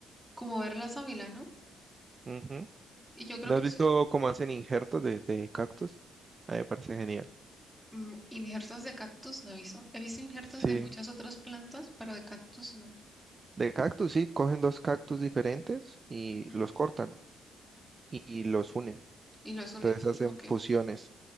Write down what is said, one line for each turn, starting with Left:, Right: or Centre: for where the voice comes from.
Centre: como ver la sábila, ¿no?
Right: Ujú.
Centre: Y yo creo
Right: ¿No
Centre: que
Right: has visto
Centre: es,
Right: cómo hacen injertos de, de cactus? A mí me parece genial.
Centre: mm, injertas de cactus no he visto. He visto injertas
Right: Sí,
Centre: de muchas otras plantas, pero de cactus no.
Right: de cactus, sí, cogen dos cactus diferentes y
Centre: Ujú,
Right: los cortan y, y los unen.
Centre: Y los
Right: Entonces
Centre: unen.
Right: hacen
Centre: Ok.
Right: fusiones